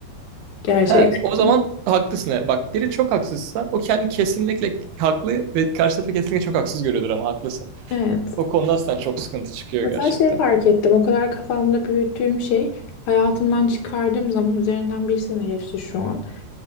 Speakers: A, on the left; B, on the right.
A: gerçekten.
B: He, o zaman haklısın. evet. Bak biri çok haksızsa o kendi kesinlikle haklı ve karşı tarafı kesinlikle çok haksız görüyordur ama haklısın.
A: Evet.
B: O konuda sen çok sıkıntı çıkıyor
A: Mesela
B: gerçekten.
A: şey fark ettim. O kadar kafamda büyüttüğüm şey hayatımdan çıkardığım zaman üzerinden bir sene geçti şu an.